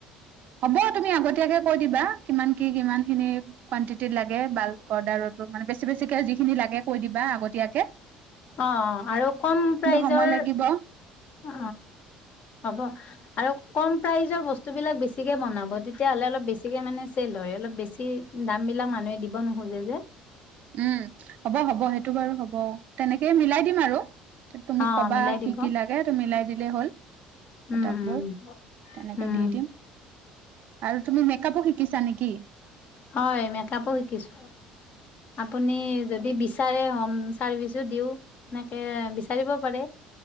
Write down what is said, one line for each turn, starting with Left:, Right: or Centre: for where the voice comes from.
Right: হ'ব তুমি আগতে তেতিয়াকে কৈ দিবা কিমান কি কিমানখিনি কণ্টিটিত লাগে বাল্ক অৰ্ডাৰতো মানে বেছি বেছিকে যিখিনি লাগে কৈ দিবা আগতে এতিয়াকে
Left: অ অ আৰু কম প্ৰাইজৰ
Right: সময় লাগিব
Left: অ হ'ব আৰু কম প্ৰাইজৰ বস্তুবিলাক বেছিকে বনাব তেতিয়া হ'লে অলপ বেছিকে মানে চেল হয় অলপ বেছি দামবিলাক মানুহে দিব নোখোজে যে
Right: উম হ'ব হ'ব সেইটো বাৰু হ'ব তেনেকে সেই মিলাই দিম আৰু তুমি
Left: অ
Right: কবা
Left: মিলাই দিব
Right: কি কি লাগে ত মিলাই দিম দিলে হ'ল
Left: উম
Right: প্ৰতাপবোৰ
Left: উম
Right: তেনেকে
Left: উম
Right: দি দিম আৰু তুমি মেকাপো শিকিছা নেকি
Left: হয় মেকাপো শিকিছোঁ আপুনি যদি বিচাৰে হোম চাৰ্ভিচো দিও এনেকে বিচাৰিব পাৰে